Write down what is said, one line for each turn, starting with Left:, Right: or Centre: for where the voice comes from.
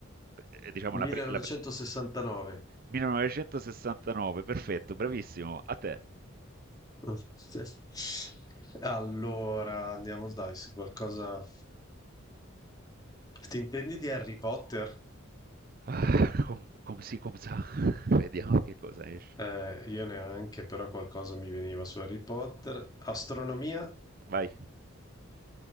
Right: Eh, Diciamo la,
Left: 1969.
Right: pri- la- 1969, perfetto, bravissimo, a te.
Left: <laughs> Allora, andiamo dai, su qualcosa... Ti intendi di Harry Potter?
Right: Ah, com- com- sì, com sa. <laughs> Vediamo che cosa esce.
Left: Eh, io neanche, però qualcosa mi veniva su Harry Potter. Astronomia?
Right: Vai.